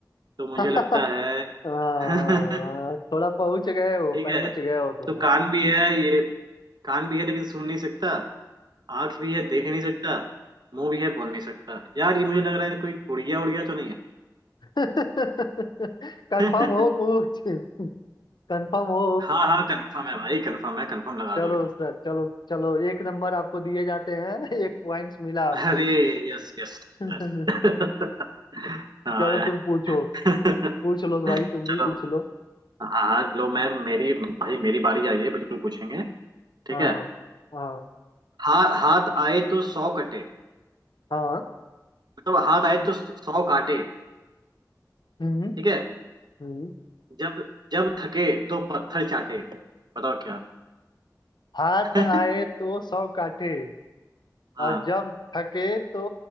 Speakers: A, on the right; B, on the left.
A: तो मुझे
B: <laughs>
A: लगता
B: हाँ,
A: है
B: हाँ,
A: <laughs>
B: थोड़ा पहुंच गए हो
A: ठीक
B: पहुंच
A: है
B: गए हो तुम्हें
A: तो कान भी है ये कान भी है लेकिन सुन नहीं सकता आंख भी है देख नहीं सकता मुंह भी है बोल नहीं सकता यार ये मुझे लग रहा है कोई गुड़िया उड़िया तो नहीं है
B: <laughs> कंफर्म
A: <laughs>
B: हो कुछ कंफर्म हो
A: हाँ हाँ कंफर्म है भाई कंफर्म है कंफर्म लगा
B: चलो
A: दो एकदम
B: सर चलो चलो एक नंबर आपको दिए जाते हैं <laughs> एक पॉइंट्स मिला आपको
A: अरे यस यस
B: <laughs>
A: यस <laughs> हाँ
B: चलो तुम पूछो
A: <laughs>
B: पूछ लो भाई तुम
A: चलो
B: भी पूछ लो
A: हाँ हाँ लो मैम मेरी भाई मेरी बारी आई है बिल्कुल पूछेंगे ठीक
B: हाँ
A: है
B: हाँ
A: हा, हाथ आए तो सौ कटे
B: हाँ
A: मतलब हाथ आए तो सौ काटे
B: हम्म
A: ठीक है
B: हम्म
A: जब जब थके तो पत्थर चाटे बताओ क्या
B: हाथ
A: <laughs>
B: आए तो सौ काटे
A: हाँ
B: और जब थके तो